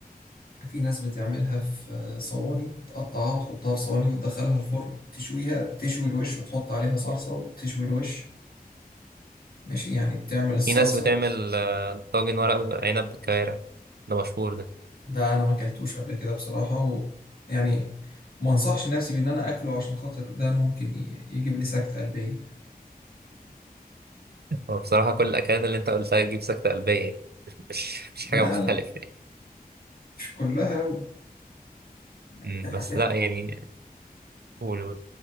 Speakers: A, on the left; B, on the right.
A: في ناس بتعملها في صواني تقطعها وتحطها في صواني وتدخلها الفرن تشويها بتشوي الوش وتحط عليها صلصة وتشوي الوش ماشي يعني بتعمل الصلصة
B: في ناس بتعمل آه، طاجن ورق عنب بالكوارع ده مشهور ده
A: ده أنا ما أكلتوش قبل كده بصراحة و يعني ما انصحش نفسي بإن أنا أكله عشان خاطر ده ممكن ي- يجيب لي سكتة قلبية
B: هو بصراحة كل الأكلات اللي أنت قلتها تجيب سكتة قلبية يعني مش مش مش حاجة
A: لا
B: مختلفة
A: لا
B: يعني
A: مش كلها أوي يعني
B: أمم،
A: في ح-
B: بس
A: في
B: لا يعني قول قول